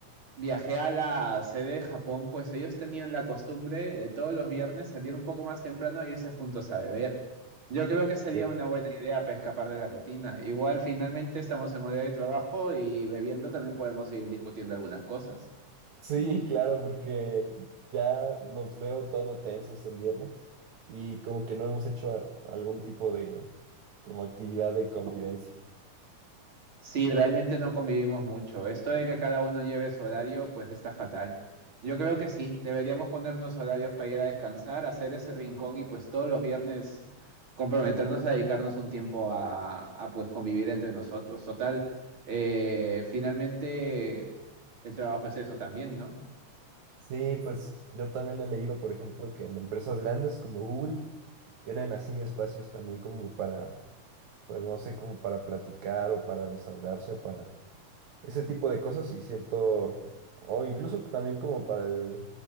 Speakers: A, on the right; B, on the right.
A: viajé a la sede de Japón, pues ellos tenían la costumbre de todos los viernes salir un poco más temprano e irse juntos a beber. Yo creo que sería
B: Eh,
A: una buena idea para escapar de la rutina. Igual finalmente estamos en hora de trabajo y bebiendo también podemos ir discutiendo algunas cosas.
B: sí, claro, porque ya nos veo todo tensos el viernes y como que no hemos hecho a- algún tipo de como actividad de convivencia.
A: Sí, realmente no convivimos mucho. Esto de que cada uno lleve su horario, pues está fatal. Yo creo que sí, deberíamos ponernos horarios para ir a descansar, hacer ese rincón y pues todos los viernes comprometernos a dedicarnos un tiempo a, a, pues convivir entre nosotros. Total, eh, finalmente el trabajo es eso también, ¿no?
B: Sí, pues yo también he leído, por ejemplo, que en empresas grandes como Google tienen así espacios también como para pues no sé, como para platicar o para desahogarse o para ese tipo de cosas y siento, o incluso también como para el,